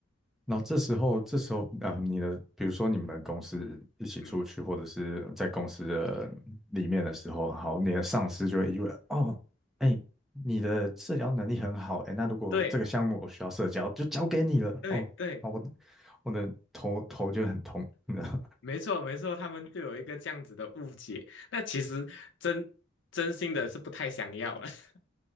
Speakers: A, in the centre; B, on the left (about 65°).
A: 然后这时候，这时候，呃，你的，比如说你们公司一起出去，
B: 嗯，
A: 或者是在公司的里面的时候，好，你的上司就会以为，哦，哎，你的社交能力很好，哎，那如果这个项目我需要社交，
B: 对。
A: 就交给你了，
B: 对对，
A: 哦，啊，我我的头头就很痛，<laughs>
B: 没错没错，他们就有一个这样子的误解。那其实真真心的是不太想要了，<laughs>